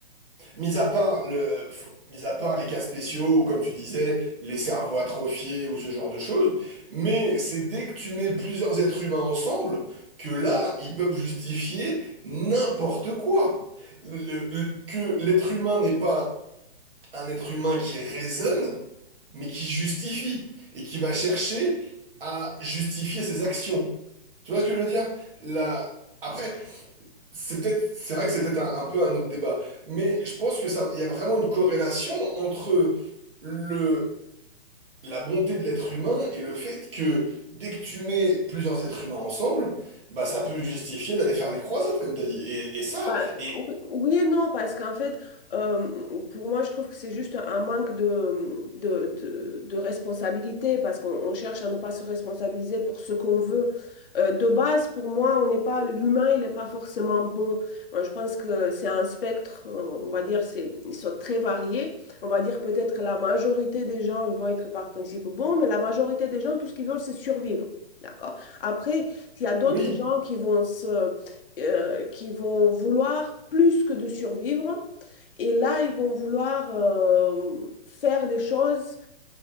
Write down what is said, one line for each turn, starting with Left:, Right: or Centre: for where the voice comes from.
Right: Mis à part le, f- mis à part les cas spéciaux, ou comme tu disais, les cerveaux atrophiés ou ce genre de choses, mais c'est dès que tu mets plusieurs êtres humains ensemble que là, ils peuvent justifier n'importe quoi. Le- le- que l'être humain n'est pas un être humain qui raisonne, mais qui justifie et qui va chercher à justifier ses actions. Tu vois ce que je veux dire? La... Après, c'est peut-être, c'est vrai que c'est peut-être un, un peu un autre débat, mais je pense que ça, il y a vraiment une corrélation entre le, la bonté de l'être humain et le fait que dès que tu mets plusieurs êtres humains ensemble, bah ça peut justifier d'aller faire des croisades, comme t'as dit. Et, et ça,
Left: Bah,
Right: et
Left: oui oui et non, parce qu'en fait, euh, pour moi, je trouve que c'est juste un manque de, de, de, de responsabilité, parce qu'on on cherche à ne pas se responsabiliser pour ce qu'on veut. Euh, de base, pour moi, on n'est pas, l'humain, il n'est pas forcément bon. Moi, je pense que c'est un spectre, euh, on va dire, c'est, ils sont très variés. On va dire peut-être que la majorité des gens ils vont être par principe bons, mais la majorité des gens, tout ce qu'ils veulent, c'est survivre. D'accord? Après, il y a d'autres
Right: oui,
Left: gens qui vont se euh, qui vont vouloir plus que de survivre. Et là, ils vont vouloir euh, faire des choses